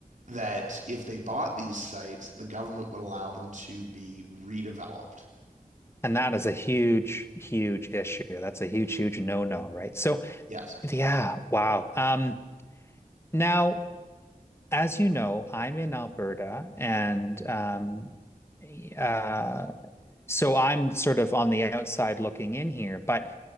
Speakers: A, on the right (about 60°); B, on the left (about 15°).
A: that if they bought these sites the government would allow them to be redeveloped
B: And that is a huge, huge issue. That's a huge, huge no-no, right? So,
A: yes
B: yeah, wow. Um, now, as you know, I'm in Alberta and um, eh, uh, so I'm sort of on the outside looking in here. But